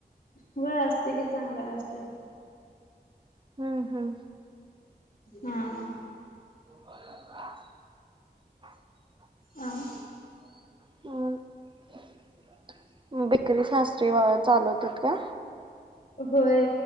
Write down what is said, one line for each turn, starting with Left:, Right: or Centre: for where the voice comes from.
Left: वय असते कि चांगला असते.
Right: हम्म हम्म
Left: हम्.
Right: <inaudible>
Left: अं.
Right: ह. बेकरी शास्त्री चालवतात काय?
Left: होय,